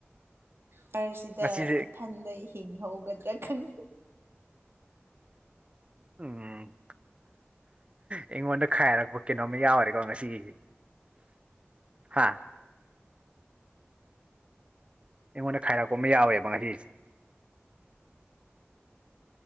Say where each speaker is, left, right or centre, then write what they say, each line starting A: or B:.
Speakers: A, on the right (about 70°); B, on the right (about 25°).
A: ꯁꯔꯁꯤꯗ
B: ꯉꯁꯤꯁꯦ
A: ꯏꯊꯟꯗ ꯏ ꯍꯤꯡꯍꯒꯗ꯭ꯔꯥ ꯈꯟ
B: ꯎꯝ ꯑꯩꯉꯣꯟꯗ ꯈꯥꯏꯔꯛꯄ ꯀꯩꯅꯣꯝꯃ ꯌꯥꯎꯔꯦꯀꯣ ꯉꯁꯤꯒꯤꯁꯤ ꯍꯥꯥ ꯑꯩꯉꯣꯟꯗ ꯈꯥꯏꯔꯛꯄ ꯑꯃ ꯌꯥꯎꯋꯦꯕ ꯉꯁꯤꯁꯦ